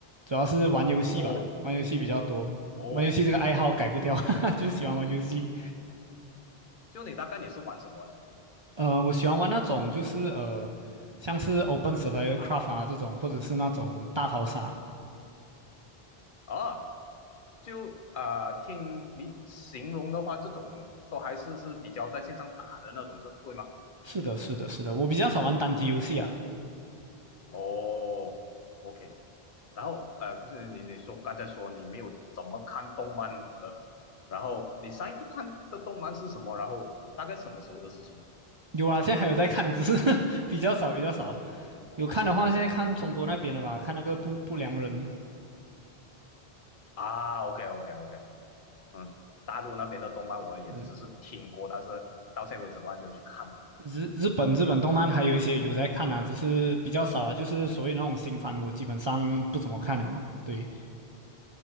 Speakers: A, on the right; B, on the left.
A: 主要是玩游戏吧，
B: 哦
A: 玩游戏比较多。
B: 哦，
A: 玩游戏这个爱好改不掉，<laughs> 哈哈就是喜欢玩游戏。
B: 就你大概你是玩什么呢？
A: 呃，我喜欢玩那种就是呃，像是 Open Survival Craft 啊这种，或者是那种大逃杀。
B: 啊，就啊、呃听你形容的话，这种都还是是比较在线上打的那种，是对吗？
A: 是的，是的，是的，我比较少玩单机游戏啊。
B: 哦，OK。然后呃，就是你你说刚才说你没有怎么看动漫了，然后你上一部看的动漫是什么？然后大概什么时候的事情？
A: 有啊，现在还有在看，只是 <laughs> 比较少，比较少。有看的话，现在看中国那边的吧，看那个不不良人。
B: 啊，OK OK OK，嗯，大陆那边的动漫我也只是听过，
A: 呃，
B: 但是到现在为止都还没有去看。
A: 日日本日本动漫还有一些有在看啊，
B: 嗯，
A: 只是比较少啊，就是所谓的那种新番，我基本上不怎么看了哦。对，